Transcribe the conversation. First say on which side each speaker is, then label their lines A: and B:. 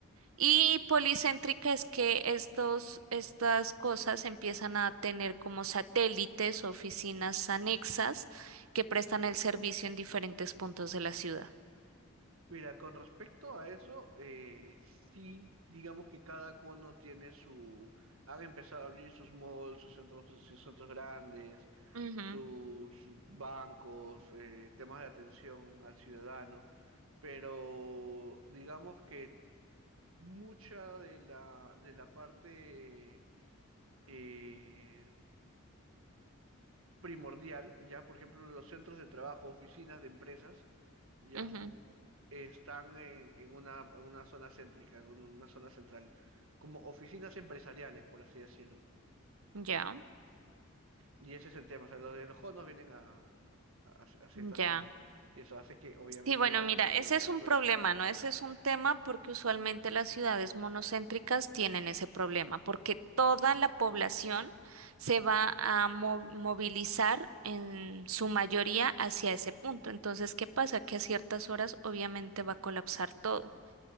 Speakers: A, on the right; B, on the right.
A: Y policéntrica es que estos, estas cosas empiezan a tener como satélites o oficinas anexas que prestan el servicio en diferentes puntos de la ciudad.
B: Mira, con respecto a eso, eh, sí, digamos que cada cono tiene su, han empezado a abrir sus malls, sus centros, sus centros grandes,
A: Ujú,
B: sus bancos, eh, temas de atención al ciudadano, pero digamos que mucha de la, de la parte eh, primordial, ya, por ejemplo, los centros de trabajo, oficinas de empresas, ya.
A: ujú,
B: están en, en una, en una zona céntrica, en una zona central, como oficinas empresariales, por así decirlo.
A: ya,
B: Y ese es el tema, o sea, los de los conos vienen a, a- hacia esta
A: ya.
B: zona. Y eso hace que, obviamente,
A: Sí, bueno, mira,
B: mayor
A: ese es
B: afluencia.
A: un problema, ¿no? Ese es un tema porque usualmente las ciudades monocéntricas tienen ese problema, porque toda la población se va a mo- movilizar en su mayoría hacia ese punto. Entonces, ¿qué pasa? Que a ciertas horas obviamente va a colapsar todo.